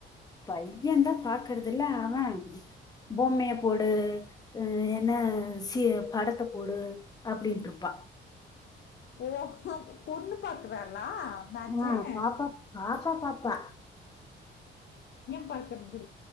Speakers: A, on the left; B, on the left.
A: பையன் தான் பாக்குறது இல்ல அவன் பொம்மைய போடு அஹ் என்ன சி படத்த போடு அப்படட்டு இருப்பா
B: ஓ பொண்ணு பாக்குறாரு <unintelligible>
A: ஆ பாப்பா பாப்பா பாப்பா
B: பக்குற